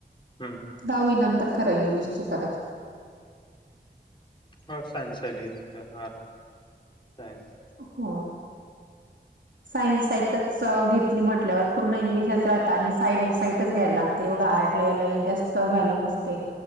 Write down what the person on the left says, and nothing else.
हं.
हा सायन्स साईडली आर्ट सायन्स